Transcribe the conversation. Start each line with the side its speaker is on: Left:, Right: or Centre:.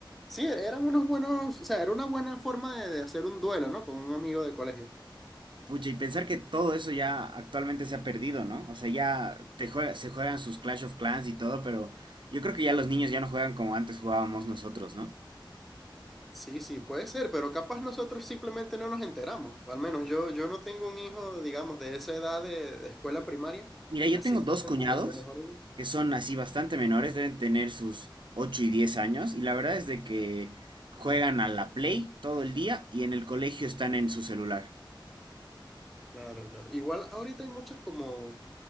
Centre: sí, eran unos buenos, o sea, era una buena forma de, de hacer un duelo, ¿no? Con un amigo de colegio.
Right: Pucha, y pensar que todo eso ya actualmente se ha perdido, ¿no? O sea, ya te juega- se juegan sus Clash of Clans y todo, pero yo creo que ya los niños ya no juegan como antes jugábamos nosotros, ¿no?
Centre: Sí, sí, puede ser, pero capaz nosotros simplemente no nos enteramos. O al menos yo, yo no tengo un hijo, digamos, de esa edad de, de escuela primaria,
Right: Mira, yo
Centre: así
Right: tengo dos
Centre: que
Right: cuñados
Centre: no sabe, a lo mejor ellos.
Right: que son así bastante menores, deben tener sus 8 y 10 años, y la verdad es de que juegan a la Play todo el día y en el colegio están en su celular.
Centre: Claro, claro. Igual ahorita hay muchas como,